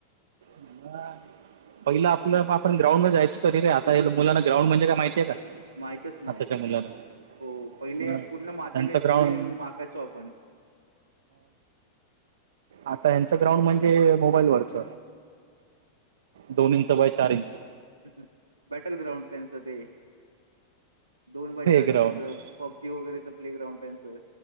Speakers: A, on the right; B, on the right.
A: म पहिलं आपलं आपण ग्राउंड मध्ये जायचं तरी रे आता मुलांना ग्राउंड म्हणे काय माहितीय का
B: माहितच नाही
A: आताच्या मुलांना
B: हो पहिले
A: मग
B: पूर्ण मातीने
A: त्यांचं
B: धुळीने
A: ग्राउंड
B: माकायचो आपण
A: आता यांचं ग्राउंड म्हणजे मोबाईल वरच दोन इंच बाय चार इंच
B: ह् बॅटल ग्रउंड त्यांनसते दोन बाय
A: हे
B: चार इंचाच
A: ग्राउंड
B: पबजी वगैरेच प्ले ग्राउंड त्यांचं